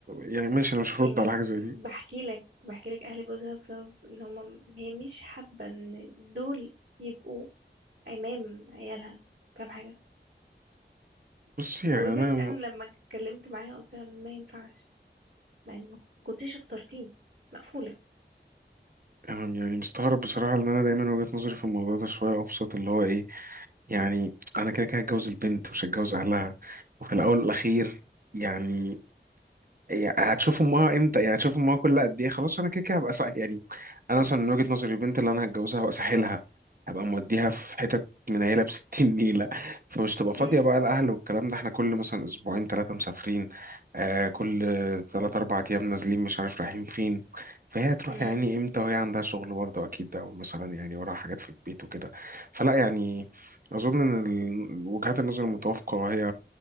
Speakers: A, on the right; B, on the right.
A: يعني ماشي انا مش
B: يعني
A: هرد على حاجه زي
B: بحكي
A: دي
B: لك بحكي لك اهل جوزها بسبب ان هم هي مش حابة ان دول يبقوا امام عيالها فاهم حاجة
A: بص يعني
B: however
A: انا
B: انا لما اتكلمت معاها قلت لها ما ينفعش ما إن- كنتيش اختار فيه مقفولة
A: انا يعني مستغرب بصراحه ان انا دايما وجهه نظري في الموضوع ده شويه ابسط اللي هو ايه يعني انا كده كده هتجوز البنت مش هتجوز اهلها وفي الاول والاخير يعني يعني هتشوفوا امها امتى يعني هتشوفوا امها كل قد ايه خلاص انا كده كده هبقى صح يعني انا مثلا من وجهة نظري البنت اللي انا هتجوزها هبقى ساحلها هبقى موديها في حتت منيله ب <laughs> 60 نيله فمش تبقى فاضيه
B: مم.
A: بقى الاهل والكلام ده احنا كل مثلا اسبوعين ثلاثه مسافرين آه كل ثلاث اربع ايام نازلين مش عارف رايحين فين فهي هتروح
B: مم.
A: يعني امتى وهي عندها شغل برضه اكيد ده مثلا يعني وراها حاجات في البيت وكده فلا يعني اظن ان ال- وجهات النظر المتوافقه هي